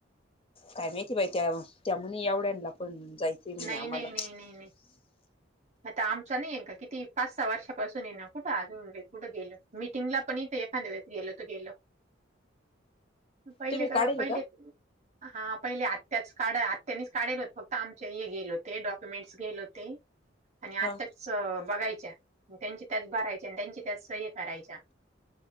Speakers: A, on the left; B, on the right.
A: काय माहिती बाई त्या त्या म्हणे एवढ्यांना पण जायचे म्हणे
B: नाही
A: आम्हाला.
B: नाही नाही नाही नाही. आता आमचा नाहीये का किती पाच सहा वर्षापासून आहे ना, कुठं अजून कुठं गेलोय. मिटिंगला पण येथे एखांद्या वेळेस गेलो तर गेलो. पहिले
A: तुम्ही
B: का
A: काढेल
B: पहिले हा पहिले आत्त्याच कार्ड आत्त्यानीच काडेल होतं फक्त आमचे हे गेले होते, डॉक्युमेंट्स गेले होते. आणि अत्त्याच
A: हा
B: बघायच्या, मगं त्यांची त्याच भरायच्या आणि त्यांची त्याच सह्या करायच्या.